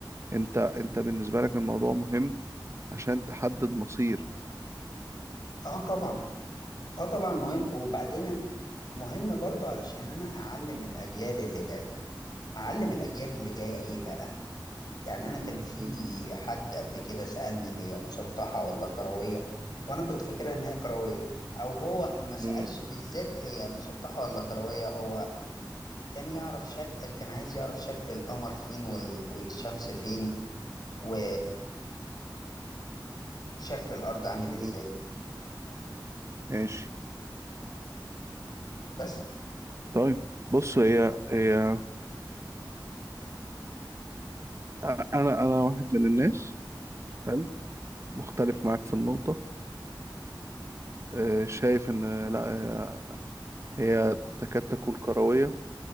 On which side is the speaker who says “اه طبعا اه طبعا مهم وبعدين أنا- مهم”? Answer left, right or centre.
Left